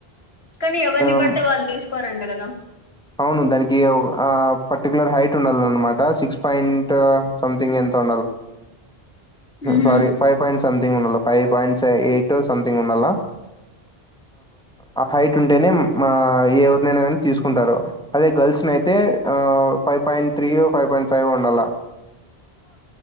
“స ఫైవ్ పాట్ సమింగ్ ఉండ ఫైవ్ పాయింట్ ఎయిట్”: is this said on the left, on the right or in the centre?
Centre